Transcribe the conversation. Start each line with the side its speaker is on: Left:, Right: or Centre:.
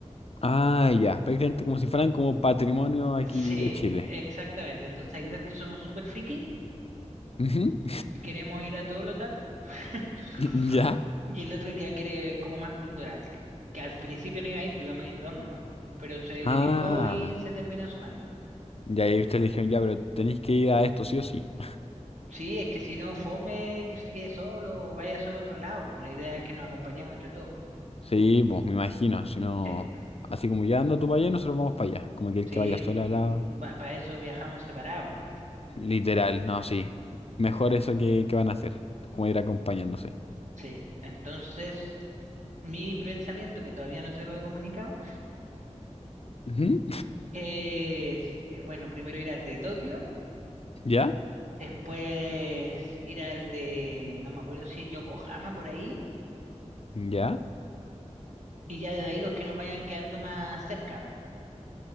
Left: Ah, ya, prácticamente como si fueran como patrimonio aquí
Right: Sí,
Left: de Chile.
Right: exactamente. Entonces hay dos que somos súper friki
Left: Ujú.
Right: y queremos ir a todo lo otaku, <laughs>
Left: <laughs> ¿Ya?
Right: y el otro que ya quiere como más cultural, que al principio no iba a ir, pues íbamos a ir dos nomás, pero se
Left: Ah,
Right: le tincó y se terminó sumando.
Left: ya ahí ustedes le dijeron, ya, pero tenéis que ir a esto sí o sí.
Right: Sí, es que si no fome, que se quede solo o vaya solo a otro lado, la idea es que nos acompañemos entre todos.
Left: Sí, pues me imagino, si no,
Right: Sí,
Left: así como ya anda tú para allá, nosotros vamos para allá, como que el
Right: sí,
Left: que vaya solo al lado.
Right: para eso viajamos separados, ¿no?
Left: Literal, no, sí. Mejor eso que, que van a hacer, como ir acompañándose.
Right: Sí, entonces mi pensamiento, que todavía no se lo he comunicado,
Left: Ujú.
Right: es, eh, bueno, primero ir al de Tokio
Left: ¿Ya?
Right: Después ir al de, no me acuerdo si es Yokohama por ahí,
Left: ¿Ya?
Right: y ya de ahí los que nos vayan quedando más cerca,